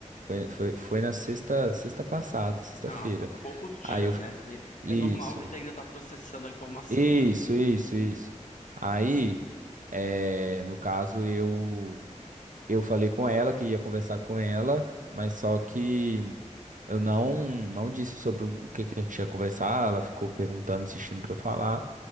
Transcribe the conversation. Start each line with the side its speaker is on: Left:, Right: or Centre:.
Right: foi, foi foi na sexta, sexta passada, sexta-feira.
Left: Ah, há poucos dias,
Right: Aí eu
Left: né? Cê-
Right: isso,
Left: É normal que você ainda está processando a informação,
Right: isso,
Left: né?
Right: isso, isso. Aí, eh, no caso, eu Eu falei com ela que ia conversar com ela, mas só que eu não não disse sobre o o que que a gente ia conversar. Ela ficou perguntando, insistindo para eu falar.